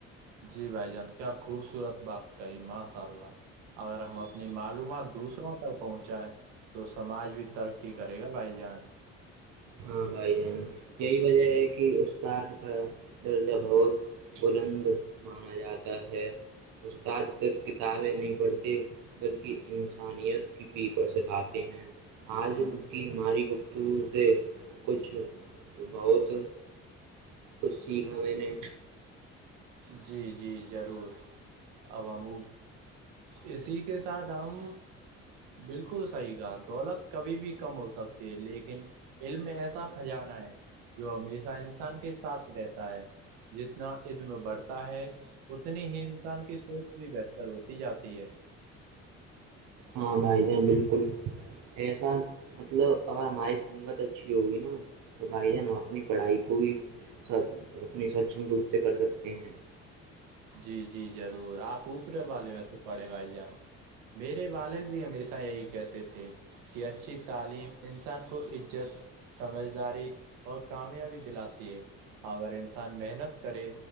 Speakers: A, on the right; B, on the right.
A: جی بھائی جان کیا خوبصورت بات کہی ماشاء اللہ اگر ہم اپنی معلومات دوسروں تک پہنچائے تو سماج بھی ترقی کرے گا بھائی جان
B: ہاں بھائی جان یہی وجہ ہے کہ استاد کا درجہ بہت بلند مانا جاتا ہے استاد صرف کتابیں نہیں پڑھتے بلکہ انسانیت کی پی پر سکھاتے ہیں عال
A: جی
B: کی ہماری گفتگ سے کچھ بہت کچھ سیکھا میں نے
A: جی جی ضرور اوامو اسی کے ساتھ ہم بالکل صحیح گا دولت کبھی بھی کم ہو سکتی ہے لیکن علم ایسا خجانہ ہے جو ہمیشہ انسان کے ساتھ رہتا ہے جتنا ایک بڑھتا ہے اتنی ہی انسان کی سوچ بھی بہتر ہوتی جاتی ہے
B: ہاں بھائی جان بالکل ایسا مطلب اگر ہماری سنگت اچھی ہوگی نا تو بھائی جان ہم اپنی پڑھائی کو بھی سب اپنی سکچم روپ سے کر سکتے ہیں
A: جی جی ضرور آپ اوپرے والے و سےے پڑھے بھائی جان میرے والد جی ہمیشہ یہی کہتے تھے کہ اچھی تعلیم انسان کو عزت سمجھداری اور کامیابی دلاتی ہے اگر انسان محنت کرے